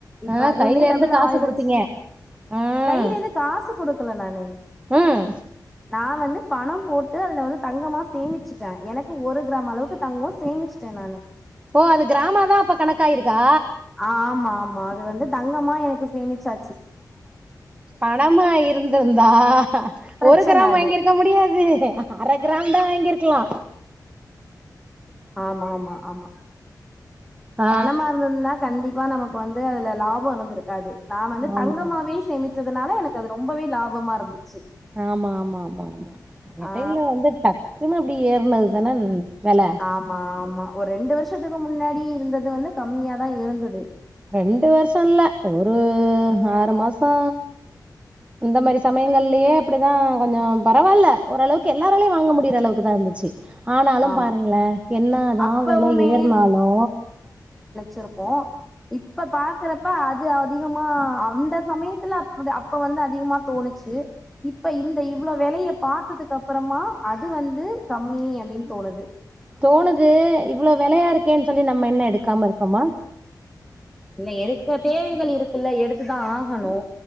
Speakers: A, in the centre; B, on the right (about 20°).
A: இப்ப
B: ஆ
A: அதும்மே
B: கையில
A: டபுளா
B: இருந்து காசு
A: ஆய்டுச்சு
B: குடுத்தீங்க ம்
A: கைலேது காஸு குடுக் ல நானு
B: ம்
A: நா வந்து பணம் போட்டு அதுல வந்து தங்கமா சேமிச்சிட்டே எனக்கு ஒரு கிராம் அளவுக்கு தங்கோ சேமிச்ட்ட நானு
B: ஓ அது கிராமா தா அப்ப கணக்காயிருக்கா
A: ஆஹ் ஆமா ஆமா அது வந்து தங்கமா எனக்கு சேமிச்சா
B: பணமா இருந்திருந்தா
A: பிரச்சன
B: ஒரு கிராம்
A: அது
B: வாங்கிருக்க முடியாது அர கிராம் தா வாங்கிருக்லா
A: ஆமா ஆமா ஆமா
B: ஆ
A: பணமா இருந்திர்ந்தா கண்டிப் பா நமக்கு வந்து அதுல லாபோ இருந்திருக்காது நா வந்து
B: ஆமா
A: தங்கமாவே சேமி ச்சதுனால எனக்கு அது ரொம்பவே லாபமா இருந்துச்சு
B: ஆமா ஆமா ஆமா எடைல
A: ஆ
B: வந்து டக்குன்னு அப்டி ஏற்ன தனா வெல
A: ஆமா ஆமா ஒரு ரெண்டு வர்ஷத்துக்கு முன்னாடி இருந்தது வந்து கம்மியாதா இருந்தது
B: ரெண்டு வர்ஷோல்ல ஒரு ஆறு மாசோ அந்த மாரி சமயங்கள்லியே அப்டிதா கொஞ்சோ பரவால்ல ஓரளவுக்கு எல்லாராலயு வாங்க முடிற அளவுக்கு தா இருந்துச்சு ஆனாலும்
A: ஆமா
B: பாருங்ள என்னதா
A: அப்பவுமே
B: வெல ஏற்னாலு
A: சிருப்போ இப்ப பாக்குறப்ப அ து அதிகமா அந்த சமயத்தில அப்புடு அப்ப வந்து அதிகுமா தோணுச்சு இப்ப இந்த இ வ்ளோ வெலைய பாத்ததுக் அப்பறமா அது வந்து கம்மி அப்டின் தோணுது
B: தோணுது இவ்ளோ வெலையா இருக்கேன் சொல்லி நம்ம என்ன எடுக்காம இருக்கோமா
A: இல்ல எடுக்க தேவைகள் இருக்குல்ல எடுத்துதா ஆகணு